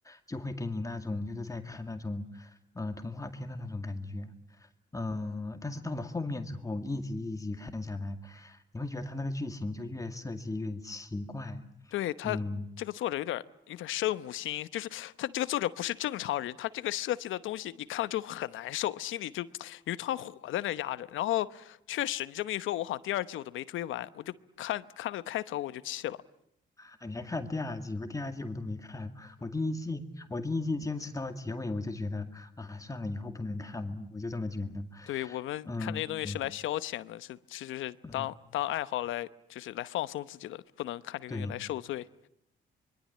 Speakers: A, on the left (about 15°); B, on the left (about 80°).
A: 就会给你那种就是在看那种，呃，童话片的那种感觉。嗯、但是到了后面之后，一集一集看下来。你会觉得他那个剧情就越设计越奇怪。
B: 对，他这个作者有点有点圣母心，
A: 嗯，
B: 就是他这个作者不是正常人，他这个设计的东西你看了之后很难受，心里就有一团火在那压着。然后确实，你这么一说，我好像第二季我都没追完，我就看看那个开头我就气了。
A: 啊，你还看第二季？我第二季我都没看，我第一季我第一季坚持到结尾，我就觉得啊，算了，以后不能看了，我就这么觉得。
B: 对，我们看这些东西是来消遣的，
A: 嗯，对，
B: 是是就是当当爱好来就是来放松自己的，
A: 嗯，
B: 不能看这个东西来受罪
A: 对